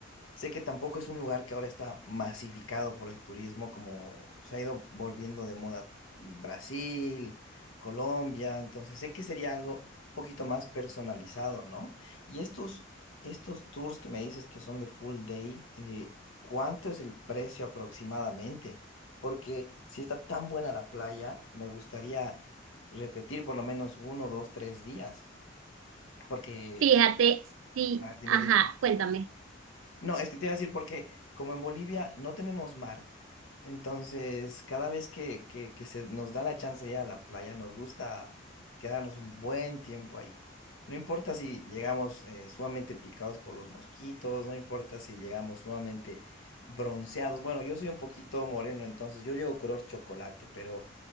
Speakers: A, on the left; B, on the right.
A: sé que tampoco es un lugar que ahora está masificado por el turismo, como se ha ido volviendo de moda Brasil, Colombia, entonces sé que sería algo un poquito más personalizado, ¿no? Y estos, estos tours que me dices que son de full day, eh, ¿cuánto es el precio aproximadamente? Porque si está tan buena la playa, me gustaría repetir por lo menos uno, dos, tres días. Porque,
B: Fíjate, sí,
A: a ver, dime,
B: ajá,
A: dime.
B: cuéntame.
A: No, es que te iba a decir porque como en Bolivia no tenemos mar, entonces cada vez que, que, que se nos da la chance de ir a la playa, nos gusta quedarnos un buen tiempo ahí. No importa si llegamos eh, sumamente picados por los mosquitos, no importa si llegamos sumamente bronceados. Bueno, yo soy un poquito moreno, entonces yo llego color chocolate, pero